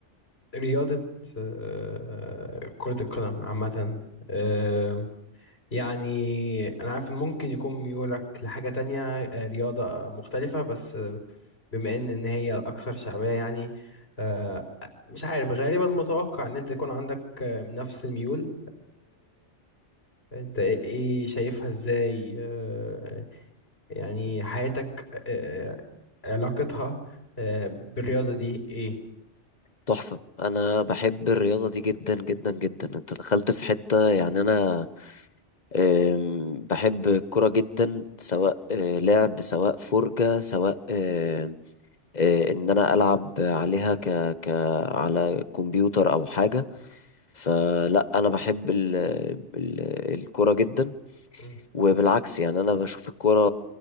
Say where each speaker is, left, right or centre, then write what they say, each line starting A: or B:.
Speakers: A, on the left (about 55°); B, on the left (about 40°).
A: رياضة آه، كرة القدم عامة؟ آم، يعني انا عارف إن ممكن يكون ميولك لحاجة تانية آه، رياضة مختلفة بس آه، بما ان إن هي الاكثر شعبية يعني آه، مش عارف غالبا متوقع ان انت يكون عندك آه، نفس الميول انت ايه ايه شايفها ازاي آه، يعني حياتك آه، آه، علاقتها آه، بالرياضة دي ايه
B: تحفة انا بحب الرياضة دي جدا جدا جدا انت دخلت في حتة يعني انا أم، بحب الكرة جدا سواء آه، لعب سواء فرجة سواء آه، آه، ان انا العب عليها ك ك على كمبيوتر او حاجة فلا انا بحب ال... ال... الكرة جدا
A: مم.
B: وبالعكس يعني انا بشوف الكرة